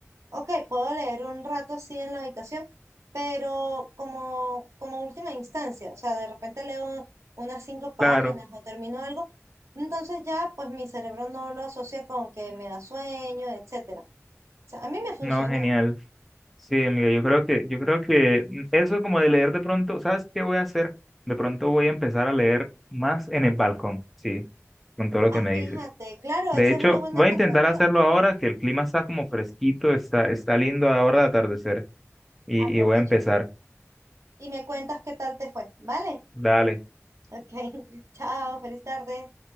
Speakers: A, on the right; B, in the centre.
A: ok, puedo leer un rato así en la habitación, pero como, como última instancia, o sea, de repente leo unas cinco páginas
B: claro,
A: o termino algo, entonces ya pues mi cerebro no lo asocia con que me da sueño, etcétera. O sea, a mí me funciona.
B: no, genial. Sí, amiga, yo creo que, yo creo que eso como de leer de pronto, ¿sabes qué voy a hacer? De pronto voy a empezar a leer más en el balcón, sí, con todo lo
A: Ah,
B: que me
A: fíjate,
B: dices.
A: claro,
B: De
A: esa
B: hecho,
A: es una buena
B: voy
A: alternativa.
B: a intentar hacerlo ahora que el clima está como fresquito, está, está lindo ahora de atardecer. Y,
A: Aprovecha
B: y voy a empezar.
A: y me cuentas qué tal te fue, ¿vale?
B: Dale,
A: <laughs> Ok, <laughs> chao, feliz tarde.